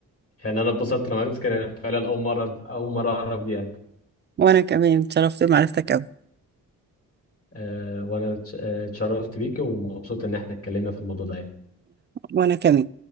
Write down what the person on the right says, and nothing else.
وانا كمان اتشرفت بمعرفتك قوي
وانا كمان